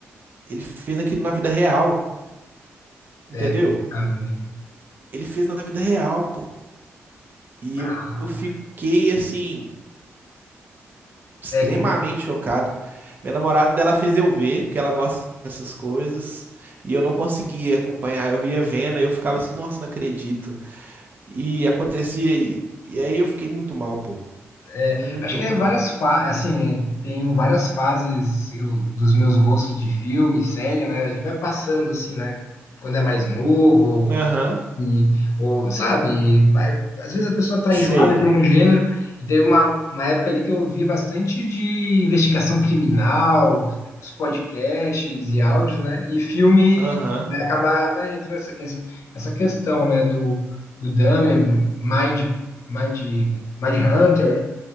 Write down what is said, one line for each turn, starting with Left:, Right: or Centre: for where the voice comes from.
Right: Ele fez aquilo na vida real, entendeu?
Left: É é complicado mesmo.
Right: Ele fez na vida real, pô. E eu
Left: Ah,
Right: eu fiquei, assim, extremamente
Left: É complicado.
Right: chocado. Minha namorada, ela fez eu ver, porque ela gosta dessas coisas, e eu não conseguia acompanhar. Eu ia vendo, e eu ficava assim, nossa, não acredito. E acontecia, e, e aí eu fiquei muito mal, pô.
Left: É,
Right: Muito
Left: acho que
Right: mal.
Left: é várias fa assim, tem várias fases eu- dos meus gostos de filme, série, né? A gente vai passando assim, né? Quando é mais novo,
Right: Aham,
Left: e, ou, sabe? Vai- às vezes a pessoa tá
Right: sei.
Left: enjoada de um gênero, e teve uma, uma época ali que eu via bastante de investigação criminal, os podcasts e áudios, né? E filme
Right: Aham,
Left: né, acabava entrando essa, essa, essa questão, né? Do, do Dahmer, Mind, Mind, Mind Hunter